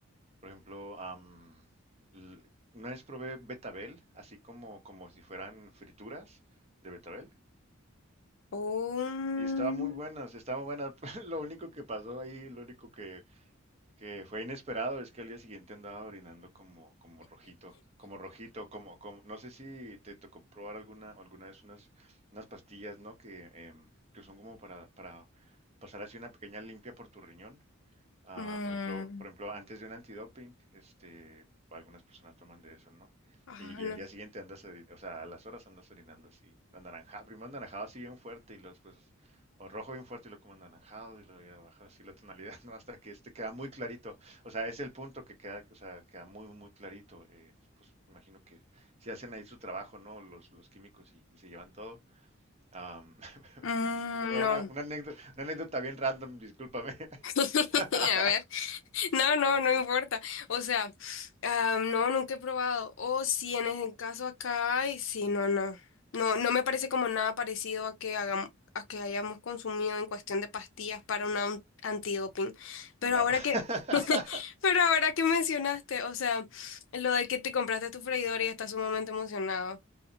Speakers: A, on the right; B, on the left.
A: por ejemplo, am, l- una vez probé betabel, así como, como si fueran frituras de betabel.
B: Un-
A: Y estaba muy buenas, estaba muy buena. <laughs> Lo único que pasó ahí, lo único que que fue inesperado es que al día siguiente andaba orinando como, como rojito, como rojito, como, como, no sé si te tocó probar alguna, alguna vez unas, unas pastillas, ¿no? Que, em, que son como para, para pasar así una pequeña limpia por tu riñón. Ah,
B: mm,
A: por ejemplo, por ejemplo, antes de un antidoping, este, algunas personas toman de eso, ¿no?
B: ah,
A: Y,
B: no.
A: y al día siguiente andas, ori- o sea, a las horas andas orinando así, anaranjado, primero anaranjado así bien fuerte y los pues, o rojo bien fuerte y lo como anaranjado y luego ya baja así la tonalidad, <laughs> ¿no? Hasta que este queda muy clarito, o sea, es el punto que queda, o sea, queda muy, muy clarito, eh, pues imagino que si hacen ahí su trabajo, ¿no? Los, los químicos y, y se llevan todo. Am, <laughs>
B: Mm,
A: Una,
B: no.
A: una anécdota, una anécdota bien random, discúlpame.
B: <laughs>
A: <laughs>
B: A ver. No, no, no importa. O sea, ah, no, nunca he probado. O si en el caso acá hay, sí, no, no. No, no me parece como nada parecido a que hagamos, a que hayamos consumido en cuestión de pastillas para un an- antidoping. Pero
A: Va.
B: ahora
A: <laughs>
B: que, <laughs> pero ahora que mencionaste, o sea, lo de que te compraste tu freidora y estás sumamente emocionado.